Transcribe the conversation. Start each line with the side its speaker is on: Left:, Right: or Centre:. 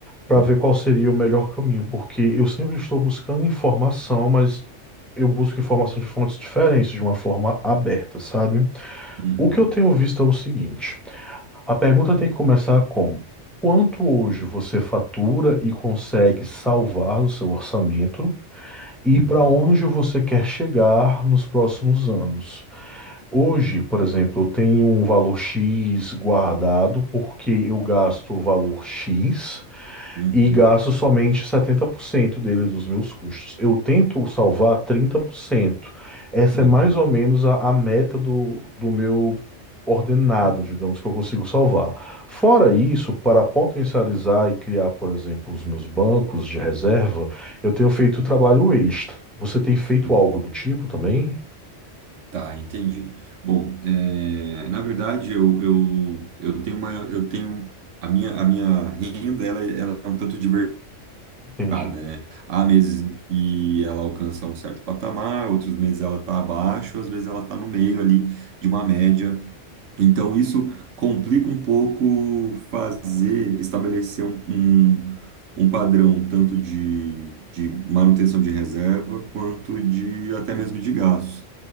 Centre: para
Right: Uhum,
Centre: ver qual seria o melhor caminho, porque eu sempre estou buscando informação, mas eu busco informação de fontes diferentes, de uma forma aberta, sabe?
Right: uhum,
Centre: O que eu tenho visto é o seguinte: a pergunta tem que começar com quanto hoje você fatura e consegue salvar do seu orçamento e
Right: uhum,
Centre: para onde você quer chegar nos próximos anos. Hoje, por exemplo, eu tenho um valor X guardado porque eu gasto o valor X
Right: uhum,
Centre: e gasto somente 70% dele dos meus custos. Eu tento salvar 30%. Essa
Right: uhum,
Centre: é mais ou menos a, a meta do, do meu ordenado, digamos, que eu consigo salvar. Fora isso, para potencializar e criar, por exemplo, os meus bancos de reserva, eu tenho feito trabalho extra. Você tem feito
Right: uhum.
Centre: algo do tipo também?
Right: Tá, entendi. Bom, é, na verdade eu, eu, eu tenho uma eu tenho a minha a minha renda ela, ela é um tanto diversificada,
Centre: Entendi,
Right: né? Há meses em que ela alcança um certo patamar, outros meses ela está abaixo, às vezes ela está no meio ali de uma média Então, isso complica um pouco fazer, estabelecer um, um, um padrão tanto de, de manutenção de reserva quanto de até mesmo de gastos.